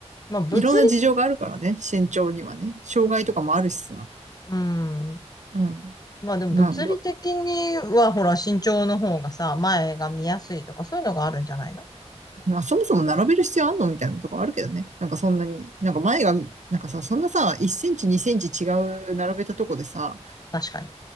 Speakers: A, on the left; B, on the right.
A: まあ物理、
B: いろんな事情があるからね、身長にはね。障害とかもあるしさ。
A: うん。
B: うん。
A: まあでも物理的にはほら身長の方がさ、
B: まあ、
A: 前が見やすいとかそういうのがあるんじゃないの
B: まあ、そもそも並べる必要あんのみたいなとこあるけどね。なんかそんなに、なんか前が、なんかさ、そんなさ、1センチ、2センチ違う並べたとこでさ、
A: 確かに。